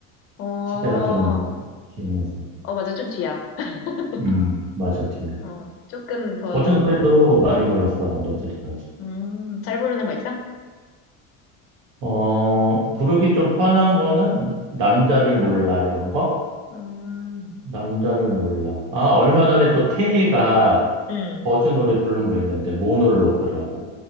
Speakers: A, on the left; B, on the right.
A: 어, 어,
B: 시대가 좀 지나서
A: 맞아, 좀 뒤야. <laughs>
B: 음 맞아 뒤에
A: 어, 조금 더,
B: 버즈 노래도 많이 불렀어 남자들이 맞아
A: 음, 잘 부르는 거 있어?
B: 어, 부르기 좀 편한 거는 남자를 몰라 이런 거?
A: 음,
B: 남자를 몰라. 아, 얼마 전에 또 태희가
A: 음.
B: 버즈 노래 부른 거 있는데 모놀로그라고